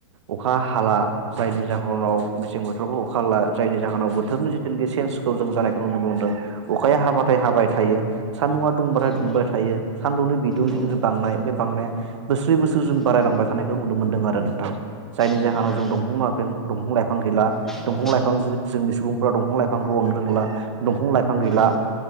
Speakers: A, on the right; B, in the centre.
A: अखा हाला जायनि जाहोनाव मेसें बोथोरावबो अखा हाला जायनि जाहोनाव बोथोरनि जि जों बे चेन्सखौ जों जानायखौ नुनो मोनदों अखाया हाबाथाय हाबाय थायो सान्दुंआ दुंबाथाय
B: औ
A: दुंबाय थायो सान्दुंनि बिदुं जिथुनाखि
B: औ
A: बांनाय बे बांनाया बोसोरै बोसोर जों बारायलांबाय
B: उम
A: थानायखौ नुनो मोनदों आरो नोंथां। जायनि
B: उम
A: जाहोनाव
B: उम
A: जों दंफां माफं दंफां-लाइफां गैला दंफां
B: औ
A: लाइफां जो जोंनि सुबुं फोरा दंफं-लाइफांखौ अननो रोंला दंफां-लाइफां गैला
B: औ